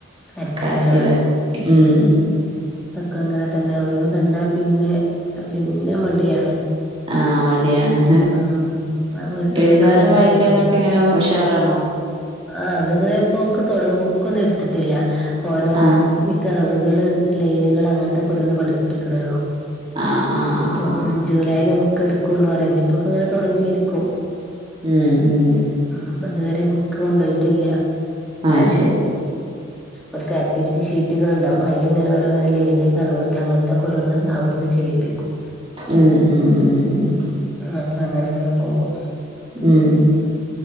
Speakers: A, in the centre; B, on the right.
A: കരച്ചിലാണ്
B: കരച്ചില്ല ഉം
A: അവർക്കും അങ്ങനെ തന്നെ ഒഴിവ് കണ്ടാ പിന്നെ പിന്നെ മടിയാണ്.
B: ആഹ് മടിയാണ്
A: ഉം. ആ വീട്ടിൽ
B: എഴുതാനും
A: നിക്കണത്
B: വായിക്കാനും
A: കിട്ടൂല
B: ഒക്കെ എങ്ങനെ ഉഷാറാണോ?
A: ആ അത്ങ്ങനെ ഇപ്പൊക്ക് തുടങ്ങം ബുക്ക് ഒന്നും എടുത്തിട്ടില്ല ഓരോ
B: ആഹ്
A: ഈ കറവുകള് ലൈനുകൾ അങ്ങനത്തെ ഓരോന്ന് പഠിപ്പിക്കണേള്ളൂ.
B: ആഹ് ആഹ്
A: ഇപ്പൊ
B: ആഹ് ആഹ്
A: ജൂലൈലെ ബുക്ക് എടു <unintelligible> തുടങ്ങിയിരിക്കും.
B: ഉം ഉം
A: അപ്പ ഇതുവരെ ബുക്ക് കൊണ്ട് പോയിട്ടില്ല <unintelligible>
B: അത് ശരി
A: ഓൽക്ക് ആക്ടിവിറ്റി ഷീറ്റുകൾ ഉണ്ടാകും അതില് ഇങ്ങനെ ഓരോ അങ്ങനെ ലേനി കറവുകൾ അങ്ങനത്തെക്ക ഓരോന്ന് അവിടുന്ന് ചെയ്യിപ്പിക്കും.
B: ഉം ഉം ഉം ഉം
A: അപ്പൊ അങ്ങനെ അങ്ങനെ പോകും
B: ഉം